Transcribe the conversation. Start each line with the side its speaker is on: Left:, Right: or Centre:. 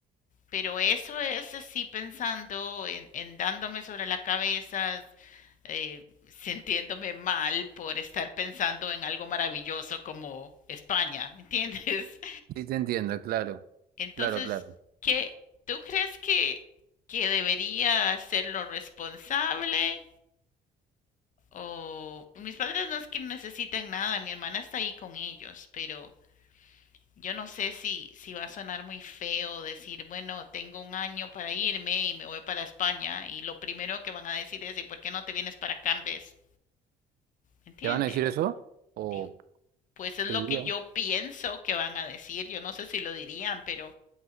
Left: pero eso es así pensando en, en dándome sobre la cabeza, eh, sintiéndome mal por estar pensando en algo maravilloso como España, ¿me entiendes?
Right: Sí, te entiendo, claro.
Left: Entonces,
Right: Claro, claro.
Left: ¿qué, tú crees que, que debería hacerlo responsable? O mis padres no es que necesitan nada, mi hermana está ahí con ellos, pero yo no sé si, si va a sonar muy feo decir, bueno, tengo un año para irme y me voy para España y lo primero que van a decir es, ¿y por qué no te vienes para acá en vez? ¿Me entiendes?
Right: ¿Te van a decir eso? ¿O
Left: Digo, pues es
Right: te
Left: lo
Right: dirían?
Left: que yo pienso que van a decir, yo no sé si lo dirían, pero